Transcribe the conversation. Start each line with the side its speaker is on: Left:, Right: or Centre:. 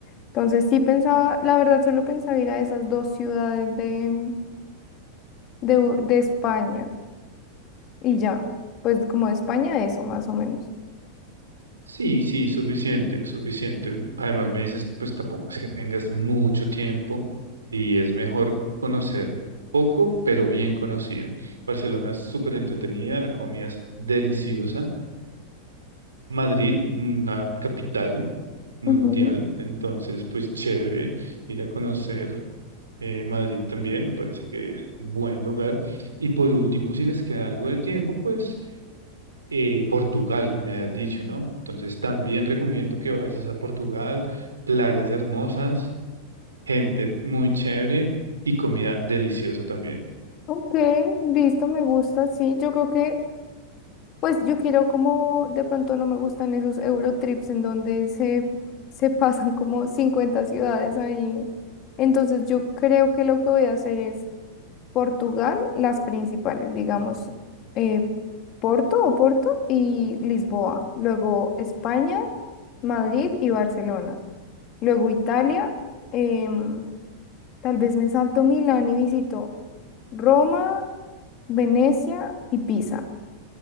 Left: Entonces sí pensaba, la verdad solo pensaba ir a esas dos ciudades de, em, de, U- de España y ya, pues como de España eso más o menos.
Right: Sí, sí, suficiente, suficiente. Además, me dices, pues tampoco es que tengas mucho tiempo y es mejor conocer poco, pero bien conocido. Barcelona es súper entretenida, la comida es deliciosa. Madrid, una capital mundial,
Left: Ujú.
Right: entonces, pues chévere ir a conocer eh, Madrid también, me parece que es un buen lugar. Y por último, si les queda algo de tiempo, pues eh, Portugal, me has dicho, ¿no? Entonces también recomiendo que vayas a Portugal, playas hermosas, gente muy chévere y comida deliciosa también.
Left: Ok, listo, me gusta, sí, yo creo que Pues yo quiero como, de pronto no me gustan esos Eurotrips en donde se, se <laughs> pasan como 50 ciudades ahí. Entonces yo creo que lo que voy a hacer es Portugal, las principales, digamos, eh, Porto o Porto y Lisboa. Luego España, Madrid y Barcelona. Luego Italia, em, tal vez me salto Milán y visito Roma, Venecia y Pisa